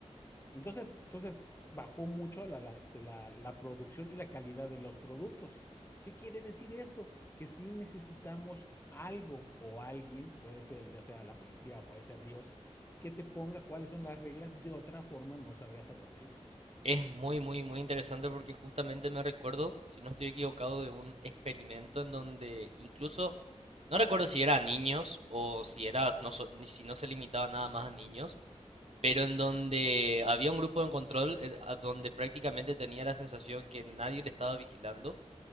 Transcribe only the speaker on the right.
Es muy, muy, muy interesante porque justamente me recuerdo, si no estoy equivocado, de un experimento en donde incluso, no recuerdo si era a niños o si era, no, so- ni si no se limitaba nada más a niños, pero en donde había un grupo de control eh, a donde prácticamente tenía la sensación que nadie le estaba vigilando